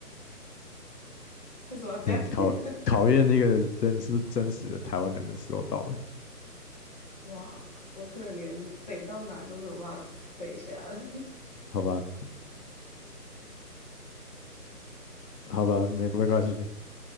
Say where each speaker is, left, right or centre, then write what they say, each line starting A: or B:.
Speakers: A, on the left; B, on the left.
A: 为什么要这样？
B: 你看考考验那个人是不是真实的台湾人的时候到了，
A: <laughs> 哇，我可能连北到南都没有办法背下来。
B: 好吧，好吧，没没关系，